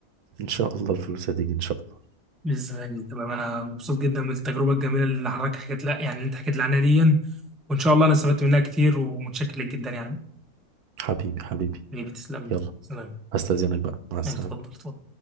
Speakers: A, on the right; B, in the centre.
A: ان شاء الله الفلوس هتيجي ان شاء الله
B: ازاي تمام انا مبسوط جدا بالتجربه الجميله اللي حضرتك حكيت لا يعني اللي انت حكيت لي عنها دي وان شاء الله انا استفدت منها كتير ومتشكر لك جدا يعني
A: حبيبي حبيبي
B: حبيبي تسلم
A: يلا
B: لي سلام
A: هستأذنك بقى مع السلامه
B: اتفضل اتفضل